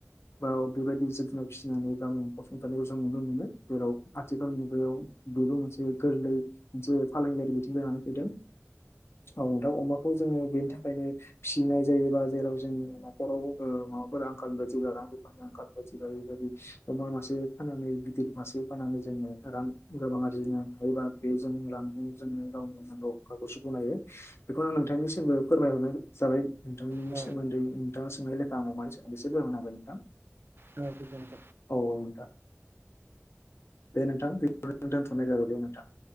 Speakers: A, on the left (about 65°); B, on the right (about 50°).
A: बा बेबायदि जिब जुनार फिसिनानै गामनि फसंथानायखौ जों नुनो मोनो जेराव आथिखाल मुगायाव बेबो मोनसे गोरलै मोनसे फालांगियारि बिथिं जानानै फैदों। औ दां अमाखौ जोङो बेनि थाखाय ओंखायनो फिसिनाय जायोबा जेराव जोंनि न'खराव ओ माबाफोर आंखाल बा रांनि आंखालफोर बाय बेबायदि अमा मासे फाननानै गिदिर मासे फाननानै जोङो रां गोबां आरि जोंनो हायोबा बे जों रां जोंनो गावनि आंखालखौ सुफुंनो हायो। बेखौनो आं नोंथांनिसिमबो फोरमायहरनाय जाबाय नोंथांनि
B: औ
A: सोमोन्दै नोंथाङा सोंनाय लेखा आं अमानि सोमोन्दै ऐसे फोरमायना होबाय नोंथां।
B: न बे दोंथ
A: औ नोंथां दे नोंथां बे दोनथ'नाय जाबाय दे नोंथां।